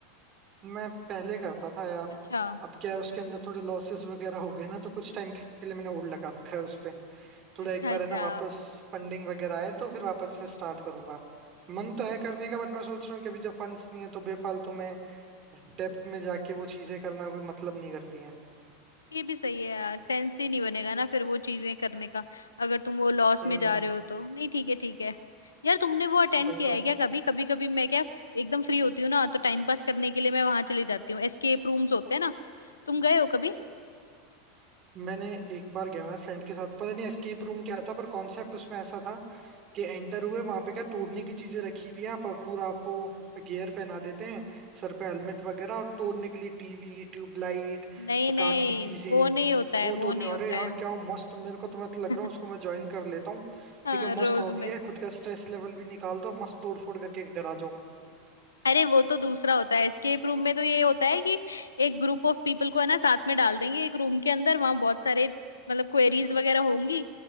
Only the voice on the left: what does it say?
अच्छा
हम्म
अच्छा
अच्छा
हम्म
ये भी सही है यार सेंस ही नहीं बनेगा ना फिर वो चीजें करने का अगर तुम वो लॉस
में जा रहे हो तो नहीं ठीक है ठीक है यार तुमने वो अटेंड
किया
है क्या कभी कभी कभी मैं क्या एकदम फ्री होती हूँ ना तो टाइम पास करने के लिए मैं वहां चली जाती हूँ एस्केप रूम्स होते हैं ना तुम गए हो कभी
नहीं नहीं
वो नहीं होता है
वो
नहीं
होता
है
<laughs>
हाँ
रोज
में
अरे वो तो दूसरा होता है एस्केप रूम में तो ये होता है कि एक ग्रुप ऑफ पीपल को है ना साथ में डाल देंगे एक रूम के अंदर वहां बहुत सारे मतलब क्वेरीज वगैरह होंगी